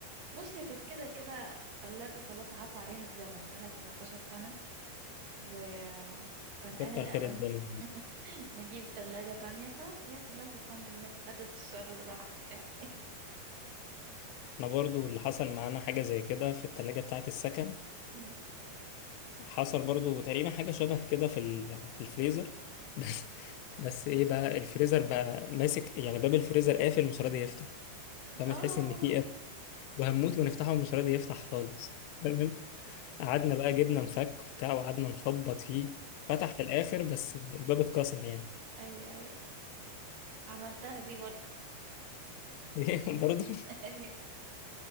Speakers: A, on the right; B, on the left.
A: بص هي كانت كده كده تلاجة خلاص عفى عليها الزمن بقالها 17 سنة وكان
B: كتر
A: آن الأوان
B: خير الدنيا
A: <laughs> نجيب تلاجة تانية ف يا يلا الحمد لله خدت الشر وراحت يعني
B: انا برضو اللي حصل معانا حاجة زي كده في التلاجة بتاعة السكن
A: أمم.
B: حصل برضو تقريبا حاجة شبه كده في ال... في الفريزر <laughs> بس بس ايه بقى الفريزر بقى ماسك يعني باب الفريزر قافل مش راضي يفتح فما
A: اه
B: تحس ان في قافل وهنموت ونفتحه ومش راضي يفتح خالص تمام قعدنا بقى جبنا مفك وبتاع وقعدنا نخبط فيه فتح في الاخر بس الباب اتكسر يعني
A: ايوه ايوه عملتها دي برضه
B: <laughs> ايه برضو
A: <laughs> ايوه